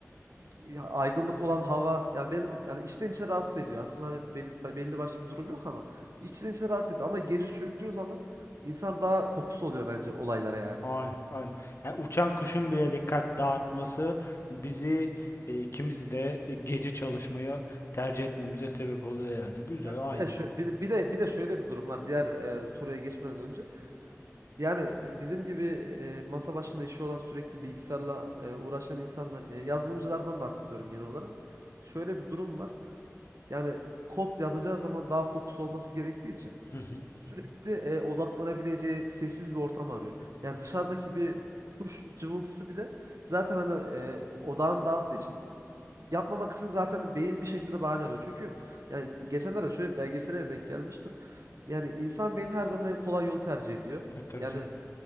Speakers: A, on the right (about 70°); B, on the left (about 55°).
A: e, ya aydınlık olan hava yani beni yani içten içe rahatsız ediyor. Aslında hani belli, belli başlı bir durum yok ama içten içe rahatsız ediyor. Ama gece çöktüğü zaman insan daha fokus oluyor bence olaylara yani.
B: Aynen, aynen. Yani uçan kuşun bile dikkat dağıtması bizi e, ikimizi de e, gece çalışmaya tercih etmemize sebep oluyor yani. Güzel,
A: Ya
B: aynı.
A: bir de şöyle bir, de bir de bir de şöyle bir durum var diğer e, soruya geçmeden önce. Yani e, bizim gibi e, masa başında işi olan sürekli bilgisayarla e, uğraşan insanlar yani yazılımcılardan bahsediyorum genel olarak. Şöyle bir durum var. Yani kod yazacağı zaman daha fokus olması gerektiği için
B: Hı hı.
A: sürekli e, odaklanabileceği sessiz bir ortam arıyor. Yani dışarıdaki bir kuş cıvıltısı bile zaten hani e, odağını dağıttığı için yapmamak için zaten beyin bir şekilde bahane arıyor. Çünkü yani geçenlerde şöyle bir belgesele de denk gelmiştim. Yani insan beyni her zaman en kolay yolu tercih ediyor.
B: E, tabii
A: Yani
B: canım.